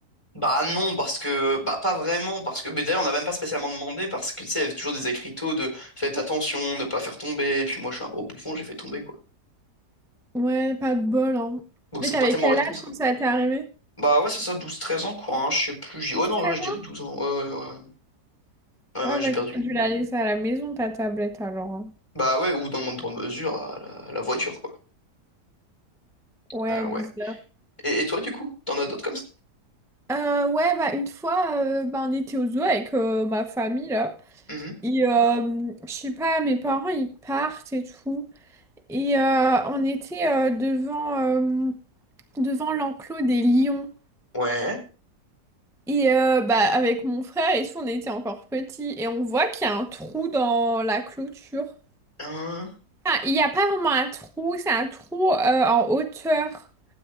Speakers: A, on the left; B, in the centre.
A: Bah non, parce que... Bah pas vraiment, parce que... Mais d'ailleurs, on n'a même pas spécialement demandé, parce que, tu sais, il y avait toujours des écriteaux de «faites attention, ne pas faire tomber», et puis moi, je suis un gros bouffon, j'ai fait tomber, quoi.
B: Ouais, pas de bol, hein.
A: Donc
B: Mais
A: ils sont
B: t'avais
A: pas tellement
B: quel
A: responsables.
B: âge quand ça t'est arrivé?
A: Bah ouais, c'est ça, douze treize ans, quoi, hein, je sais plus... j'y- Oh
B: Douze,
A: non,
B: treize?
A: ouais, je dirais
B: ans?
A: 12 ans, ouais, ouais, ouais. Ouais,
B: Ouais,
A: ouais, j'ai
B: bah
A: perdu.
B: t'aurais dû la laisser à la maison, ta tablette, alors. hein.
A: Bah ouais, ou dans le moindre mesure, à la, à la voiture, quoi.
B: Ouais,
A: Euh,
B: bizarre.
A: ouais. Et, et toi, du coup, t'en as d'autres comme ça?
B: Euh, ouais, bah une fois, euh, bah, on était au zoo avec euh, ma famille, là.
A: Mhm.
B: Et euh, je sais pas, mes parents, ils partent et tout. Et euh, on était euh, devant, euh, devant l'enclos des lions.
A: Ouais.
B: Et euh, bah, avec mon frère et tout, on était encore petits. Et on voit qu'il y a un trou dans la clôture.
A: Hein.
B: Ah, il n'y a pas vraiment un trou, c'est un trou euh, en hauteur.